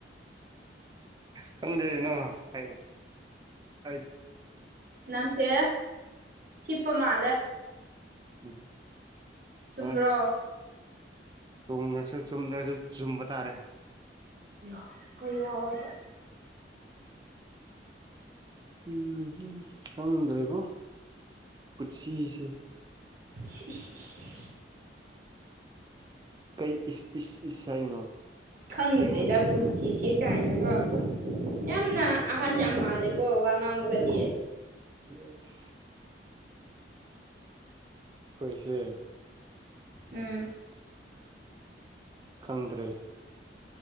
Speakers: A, on the right; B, on the right.
A: ꯈꯪꯗꯦ ꯅꯪꯅ ꯍꯥꯏꯕ ꯑꯩꯠ
B: ꯅꯪꯁꯦ ꯍꯤꯞꯄ ꯃꯥꯜꯂꯦ
A: ꯎꯝ
B: ꯆꯨꯝꯕ꯭ꯔꯣ
A: ꯍꯣꯏ ꯆꯨꯝꯔꯁꯨ ꯆꯨꯝꯗꯖꯨ ꯆꯨꯝꯕ ꯇꯥꯔꯦ
B: ꯌꯥ ꯀꯌꯥꯗ
A: ꯎꯝ ꯍꯨꯝ ꯈꯪꯗ꯭ꯔꯦꯕꯣ ꯄꯨꯟꯁꯤꯁꯦ
B: ꯢꯁ ꯢꯁ ꯢꯁ ꯢꯁ
A: ꯀꯩ ꯏꯁ ꯏꯁ ꯏꯁ ꯍꯥꯏꯅꯣ
B: ꯈꯪꯗ꯭ꯔꯦꯗ
A: ꯁꯦꯡꯕꯅꯤ
B: ꯄꯨꯟꯁꯤꯁꯦ ꯀꯥꯏꯅꯒ ꯌꯥꯝꯅ
A: ꯎꯝ
B: ꯑꯍꯟ ꯌꯥꯝ ꯃꯥꯜꯂꯦꯀꯣ ꯋꯥ ꯉꯥꯡꯕꯒꯗꯤ
A: ꯌꯦꯁ ꯈꯣꯏꯁꯦ
B: ꯎꯝ
A: ꯈꯪꯗ꯭ꯔꯦ